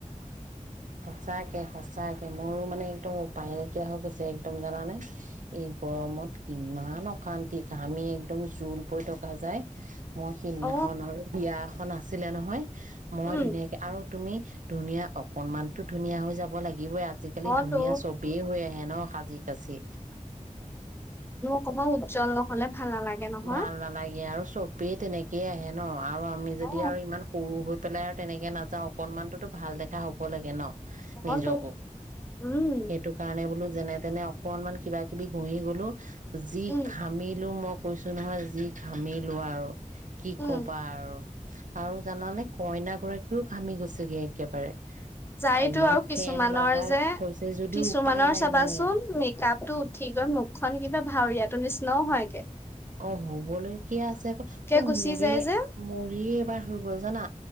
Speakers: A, on the right; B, on the left.
A: সঁচাকে, সঁচাকে, মোৰো মানে একদম পায় নাইকিয়া হৈ গৈছে একদম জানানে, এই গৰমত ইমান অশান্তি ঘামি একদম জোল বৈ থকা যায় মই সেইদিনাখন
B: অ
A: আৰু বিয়া এখন আছিলে নহ হয় মই
B: উম
A: ধুনীয়াকে আৰু তুমি ধুনীয়া অকমাণটো ধুনীয়া হৈ যাব লাগিব। আজি কালি
B: অ
A: ধুনীয়া
B: তো
A: সৱে হৈ আহে ন সাজি কাঁচি
B: অকন উজ্জ্বল নহলে ভাল নালাগে নহয়
A: ভাল নালাগে আৰু ছবে তেনেকৈ আহে ন। আৰু আমি
B: অ
A: যদি আৰু ইমান সৰু পেলাই তেনেকৈ নাজাও অকণমান টো ভাল দেখা হ'ব লাগে ন।
B: অ
A: নিজকে।
B: তো উম
A: এইটো কাৰণে বুলো যেনে-তেনে অকণমান কিবা কিবি ঘঁহি গলোঁ যি
B: উম,
A: ঘামিলো কৈছোঁ নহয় যি ঘামিলোঁ আৰু কি
B: উম,
A: ক'বা আৰু? জানানে কইনা গৰাকীও ঘামি গৈছে একেবাৰে।
B: যাই
A: ইমান
B: টো আৰু কিছুমানৰ
A: ফেন লগাই
B: যে
A: থৈছে যদিও
B: কিছুমানৰ
A: উপায় নাই
B: চাবাচোন
A: মানে
B: মেকাপটো উঠি গৈ মুখখন কিবা ভাওৰীয়া টো নিচিনা হয় গে।
A: অ' হব লগীয়া আছে যে ঐ
B: গুচি
A: মোৰে
B: যায় যে
A: মোৰে এবাৰ হৈ গল জনা